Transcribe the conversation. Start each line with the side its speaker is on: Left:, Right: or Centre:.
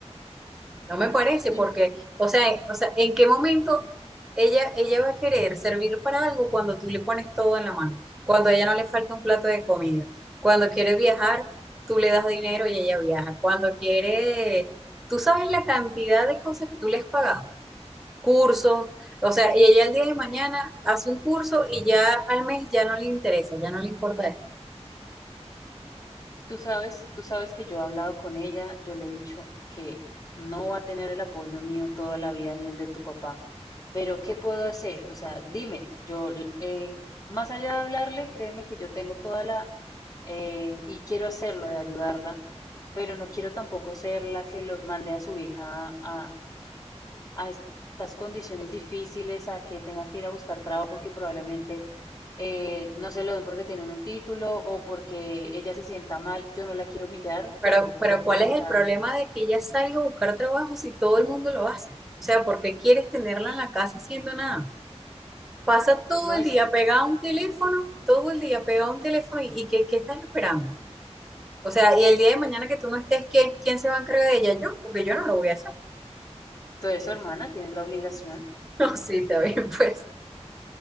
Centre: No me parece
Left: Dime,
Centre: porque, o sea, en- o sea, ¿en qué momento ella, ella va a querer servir para algo cuando tú le pones todo en la mano? Cuando a ella no le falta un plato de comida. Cuando quiere viajar, tú le das dinero y ella viaja. Cuando quiere, tú sabes la cantidad de cosas que tú le has pagado cursos, o sea, y ella el día de mañana hace un curso y ya al mes ya no le interesa, ya no le importa eso.
Left: tú sabes, tú sabes que yo he hablado con ella, yo le he dicho que no va a tener el apoyo mío toda la vida ni el de tu papá, pero ¿qué puedo hacer? O sea, dime, yo, eh, más allá de hablarle, créeme que yo tengo toda la, eh, y quiero hacerlo de ayudarla, pero no quiero tampoco ser la que lo mande a su hija a, a estas condiciones difíciles, a que tengas que ir a buscar trabajo que probablemente eh, no se lo den porque tienen un título o porque ella se sienta mal. Yo no la quiero humillar,
Centre: Pero,
Left: tampoco
Centre: pero
Left: porque
Centre: ¿cuál
Left: no
Centre: es
Left: está,
Centre: el problema de que ella salga a buscar trabajo si todo el mundo lo hace? O sea, ¿por qué quieres tenerla en la casa haciendo nada? Pasa todo
Left: no
Centre: el
Left: es,
Centre: día pegada a un teléfono, todo el día pegada a un teléfono y, y ¿qué, qué estás esperando? O sea, y el día de mañana que tú no estés, ¿quién, quién se va a encargar de ella? Yo, porque yo no lo voy a hacer. <laughs>
Left: tú eres su hermana, tienes la obligación.
Centre: No, sí, está bien, pues.